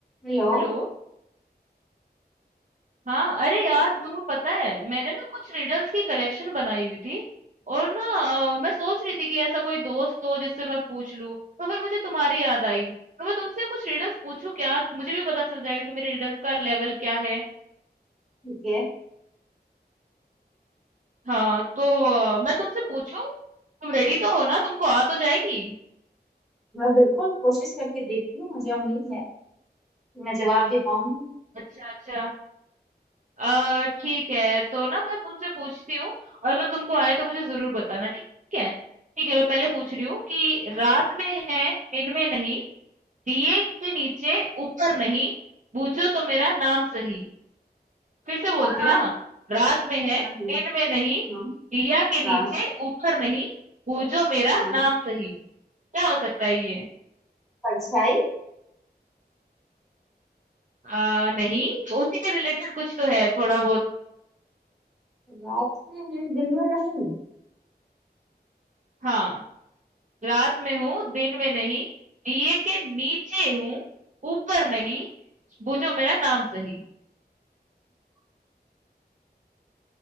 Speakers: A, in the centre; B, on the right.
A: Hello
B: Hello हाँ अरे यार
A: Yes
B: तुम्हें पता है मैंने ना कुछ रिडल्स की कलेक्शन बनाई हुई थी और ना अ, मैं सोच रही थी कि ऐसा कोई दोस्त हो जिससे मैं पूछ लूं तो फिर मुझे तुम्हारी याद आई तो मैं तुमसे कुछ रिडल्स पूछूं क्या मुझे भी पता चल जाएगा कि मेरे रिडल्स का लेवल क्या है
A: ठीक है
B: हाँ तो अ, मैं तुमसे पूछूं तुम रेडी तो हो ना तुमको आ तो जाएगी
A: मैं बिल्कुल कोशिश करके देखती हूँ मुझे उम्मीद है कि मैं जवाब दे पाऊंगी
B: अच्छा अच्छा अ, ठीक है तो ना मैं तुमसे पूछती हूँ और अगर तुमको आए तो मुझे जरूर बताना ठीक है ठीक है मैं पहले पूछ रही हूँ कि रात में है दिन में नहीं दिए के नीचे ऊपर नहीं बूझो तो मेरा नाम सही फिर से बोलती
A: हाँ
B: हूँ हाँ रात में है
A: हाँ
B: दिन में नहीं
A: हाँ
B: दिया के
A: हाँ
B: नीचे ऊपर नहीं बूझो मेरा
A: हाँ।
B: नाम सही क्या हो सकता है ये
A: परछाई
B: आ, नहीं तो उसी के रिलेटेड कुछ तो है थोड़ा बहुत
A: रात में है, दिन में नहीं
B: हाँ रात में हूँ, दिन में नहीं, दिए के नीचे हूँ, ऊपर नहीं, बूझो मेरा नाम सही।